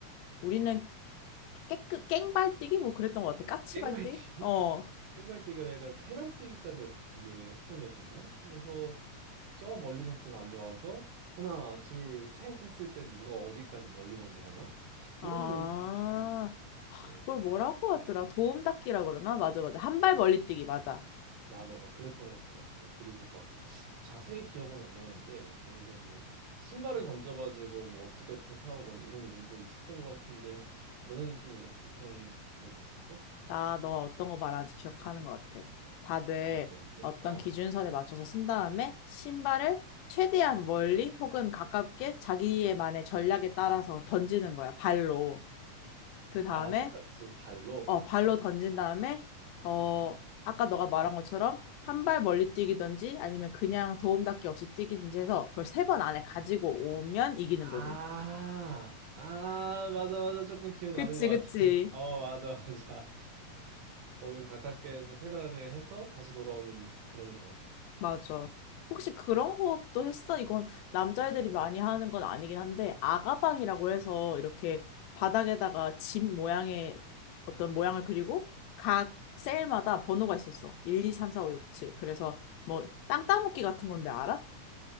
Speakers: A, on the left; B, on the right.
A: 우리는 깨끗 깽발뛰기 뭐 그랬던 것 같아. 까치발뛰기?
B: 깽발뛰기?
A: 어.
B: <laughs> 깽발뛰기라 해가 세 발뛰기까지 이게 확장됐었나? 그래서 저 멀리서부터 달려와서 하나, 둘, 셋 했을 때 누가 어디까지 멀리 멀리 가나?
A: 아,
B: 이런 놀이도 되게 많이 했었고.
A: 그걸 뭐라고 하더라? 도움닫기라 그러나? 맞아, 맞아. 한 발 멀리 뛰기, 맞아.
B: 맞아, 막 그랬던 것도 같아. 그리고 막 자세히 기억은 안 나는데 거기서 뭐 신발을 던져가지고 뭐 어떻게 어떻게 하고 막 이런 룰도 있었던 것 같은데 너네는 좀 이런 비슷한 놀이 있었어?
A: 나 너 어떤 거 말하는지 기억하는 것 같아. 다들
B: 뭔데, 뭔데?
A: 어떤
B: 어.
A: 기준선에 맞춰서 쓴 다음에 신발을 최대한 멀리 혹은 가깝게 자기의 만의 전략에 따라서 던지는 거야, 발로. 그 다음에
B: 아, 손을 안 쓰고 발로?
A: 어, 발로 던진
B: 어.
A: 다음에, 어, 아까 너가 말한 것처럼 한 발 멀리 뛰기든지 아니면 그냥 도움닫기 없이 뛰기든지 해서 그걸 세 번 안에 가지고 오면 이기는
B: 아,
A: 거지.
B: 아, 맞아, 맞아. 조금 기억나는
A: 그치,
B: 것 같아.
A: 그치.
B: <laughs> 어, 맞아, 맞아. 거기서 가깝게에서 세 번을 해서 다시 돌아오는 그런 거.
A: 맞아. 혹시 그런 것도 했어? 이건 남자애들이 많이 하는 건 아니긴 한데, 아가방이라고 해서 이렇게 바닥에다가 집 모양의 어떤 모양을 그리고 각 셀마다 번호가 있었어. 1, 2, 3, 4,
B: 어.
A: 5, 6, 7. 그래서 뭐, 땅 따먹기 같은 건데 알아?